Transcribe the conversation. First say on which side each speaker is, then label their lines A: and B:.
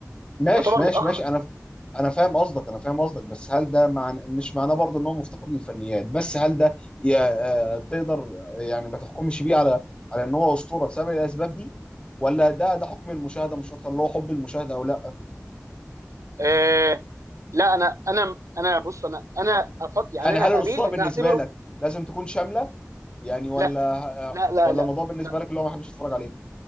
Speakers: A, on the left (about 20°); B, on the right (about 85°).
A: ماشي
B: يعتبر
A: ماشي
B: متاخر
A: ماشي انا انا فاهم قصدك انا فاهم قصدك بس هل ده مع... مش معناه برضه ان هو مفتقد للفنيات بس هل ده ي... آه، تقدر يعني ما تحكمش بيه على على ان هو اسطوره بسبب الاسباب دي ولا ده ده حكم المشاهده مش اكتر اللي هو حب المشاهده او لا
B: آه لا انا انا انا بص انا انا أفض... يعني
A: يعني
B: انا
A: هل
B: اميل
A: الاسطوره بالنسبه
B: ان اعتبره
A: لك لازم تكون شامله يعني ولا
B: لا لا لا
A: ولا الموضوع بالنسبه
B: لا
A: لك اللي هو ما حدش يتفرج عليه